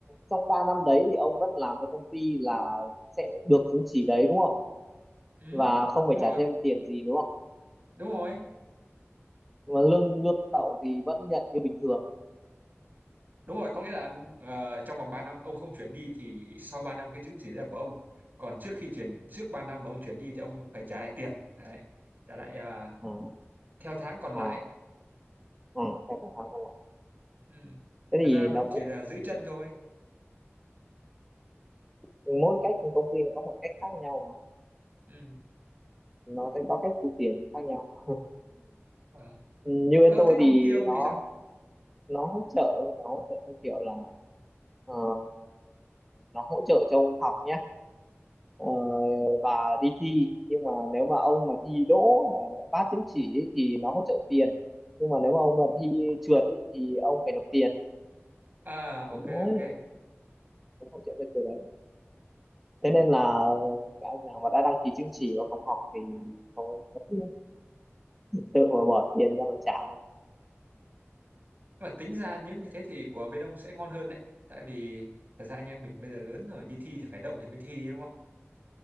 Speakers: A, in the centre; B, on the right (about 45°).
A: trong 3 năm đấy thì ông vẫn làm cho công ty là sẽ được chứng chỉ đấy đúng không?
B: ừ,
A: Và không phải
B: đúng rồi
A: trả thêm tiền gì đúng không?
B: đúng rồi
A: Mà lương lương đậu thì vẫn nhận như bình thường.
B: đúng rồi có nghĩa là ờ, trong vòng 3 năm ông không chuyển đi thì sau 3 năm cái chứng chỉ đấy là của ông còn trước khi chuyển trước 3 năm mà ông chuyển đi thì ông phải trả lại tiền đấy trả lại à,
A: Ừ.
B: theo tháng còn
A: Ờ,
B: lại
A: ờ, ờ, cái cũng khá là lạ.
B: ừ.
A: Thế
B: thật
A: thì
B: ra nó
A: nó
B: cũng chỉ
A: cũng,
B: là giữ chân thôi
A: cũng mỗi cách công ty nó có một cách khác nhau mà
B: ừ.
A: nó sẽ có cách thu tiền khác nhau. <laughs>
B: Ờ.
A: Ừ, như bên
B: Ờ,
A: tôi
B: thế công
A: thì
B: ty ông
A: nó
B: thì sao?
A: nó hỗ trợ nhưng mà hỗ trợ theo kiểu là ờ, nó hỗ trợ cho ông học nhé ờ, và đi thi nhưng mà nếu mà ông mà thi đỗ mà phát chứng chỉ ấy, thì nó hỗ trợ tiền nhưng mà nếu mà ông mà thi trượt ấy, thì ông phải nộp tiền
B: À,
A: Đấy,
B: ok, ok.
A: cũng hỗ trợ cái từ đấy thế nên là các anh nào mà đã đăng ký chứng chỉ mà không học thì không có tiền tự mà bỏ tiền ra mà trả thôi
B: Và tính ra nếu như thế thì của bên ông sẽ ngon hơn đấy. Tại vì thật ra anh em mình bây giờ lớn rồi, đi thi thì phải đậu thì mới thi đúng không?